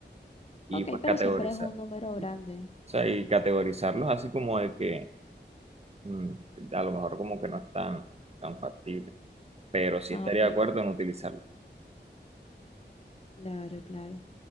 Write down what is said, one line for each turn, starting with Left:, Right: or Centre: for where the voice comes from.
Right: Y
Left: Ok,
Right: pues
Left: pero
Right: categorizar.
Left: siempre es un número grande.
Right: O sea, y categorizarlos así como de que mm, a lo mejor como que no es tan, tan factible. Pero sí
Left: Ah,
Right: estaría
Left: ok.
Right: de acuerdo en utilizarlo.
Left: Claro, claro.